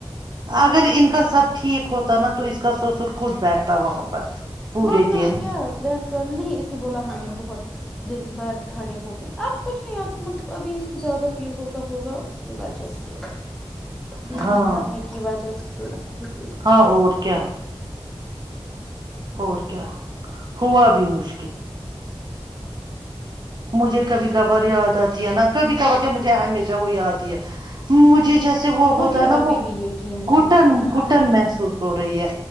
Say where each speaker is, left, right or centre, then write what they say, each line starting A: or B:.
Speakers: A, on the right; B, in the centre.
A: اگر ان کا سب ٹھیک ہوتا نا تو س سر خود بیٹھتا وہاں پر پورے
B: ورنہ
A: دن
B: کیا بیٹھتا نہیں اسے بولا ہمیں بہت دن بھر کھڑے ہو گئے اب کچھ نہیں آپ مطلب ابھی ان کو زیادہ فیل ہوتا ہوگا اس کی وجہ سے بیوی
A: ہاں
B: مارنے کی وجہ سے ج <unintelligible>
A: ہاں اور کیا اور کیا ہوا بھی مشکل مجھے کبھی کبھار یاد آتی ہے نا کبھی کبھار تو مجھے ہمیشہ وہ یاد آیا مجھے جیسے ج سے وہ ہوتا
B: مجھے
A: ہے نا
B: ابھی
A: وہ
B: بھی یقین نہیں
A: گٹن
B: ہو رہا
A: گٹن
B: ہے
A: محسوس ہو رہی ہے